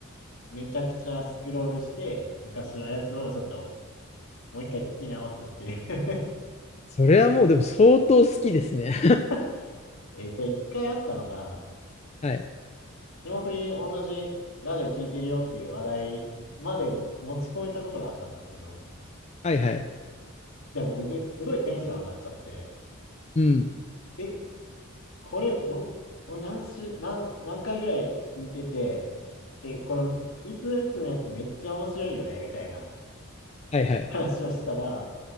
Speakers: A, on the left; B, on the left.
A: めちゃくちゃスクロールして、昔のやつをちょっと、もう一回聞き直すっていう
B: それはもうでも相当好きですね。
A: <laughs> えー、それ一回あったのが、
B: <laughs> はい。
A: 霜降り同じラジオ聞いてるよっていう話題まで持ち込めたことがあったんですけど、
B: はいはい。
A: でも僕、すごいテンション上がっちゃって、
B: うん。
A: え、これ、ぼ俺何し、何、何回ぐらい聞いてて、え、この、いついつのやつめっちゃ面白いよね、みたいな
B: はいはい。
A: 話をしたら、